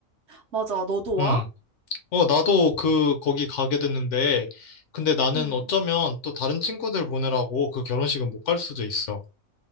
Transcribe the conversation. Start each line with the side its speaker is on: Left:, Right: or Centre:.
Right: 맞아, 너도 와?
Left: 음. 어, 나도 그, 거기 가게 됐는데, 근데 나는
Right: 응.
Left: 어쩌면 또 다른 친구들 보느라고 그 결혼식은 못 갈 수도 있어.